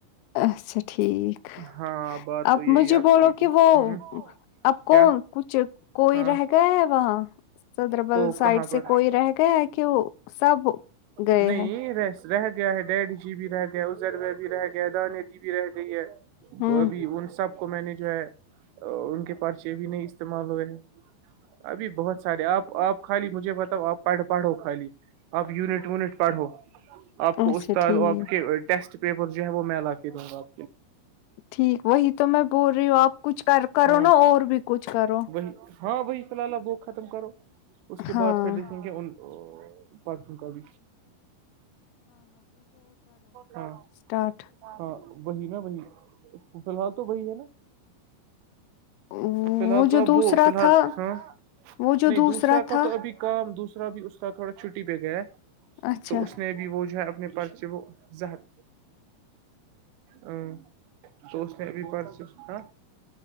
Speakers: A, on the left; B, on the right.
A: اچھا ٹھیک
B: ہاں بات
A: اب
B: تو یہی
A: مجھے
B: آپ
A: بولو
B: سیدھی
A: کہ وہ
B: ہ
A: اب
B: کیا
A: کون کچھ کوئی
B: ہاں
A: رہ گیا ہے وہاں سدربل
B: کو
A: سائڈ
B: کہاں پر
A: سے کوئی رہ گیا ہے کہ وہ سب گئے
B: نہیں
A: ہے
B: رہ رہ گیا ہے ڈیڈ جی بھی رہ گیا ازرو بھی رہ گیا ہے دانے دی بھی رہ گئی ہے
A: ہوں
B: وہ ابھی ان سب کو میں نے جو ہے ان کے پرچے بھی نہیں استعمال ہوئے ابھی بہت سارے آپ آپ خالی مجھے بتاؤ آپ پڑھ پڑھو خالی آپ یونٹ ویونٹ پڑھو آپ کو
A: اچھا
B: استاد
A: ٹھیک
B: آپ کے ٹیسٹ پیپر جو ہے وہ میں للا کے دوں گاپ
A: ٹھیک وہی تو میں بول رہی ہوں آپ کچھ کر کرو
B: ہاں
A: نا اور بھی کچھ کرو
B: وہی ہاں بی فی الحاللہ بک ختم کرو اس کے
A: ہاں
B: بعد پھر دیکھیں گے ان کب ہاں
A: اسٹاٹھ
B: ہاں وہی نا وہی فی الحال تو وہی ہے نا
A: وہ
B: فی الحال تو
A: جو
B: اب
A: دوسرا
B: وہ فی الحال
A: تھا
B: ہ
A: وہ جو
B: نہیں دوسرا کا
A: تھا
B: تو ابھی کام دوسرا بھی اس کا تھوڑا چھٹی پہ گیا ہے
A: اچھا
B: تو اس نے بھی وہ جو ہے اپنے پس سے وہ ز ہت ہ ا س میں اب پرچس ہاں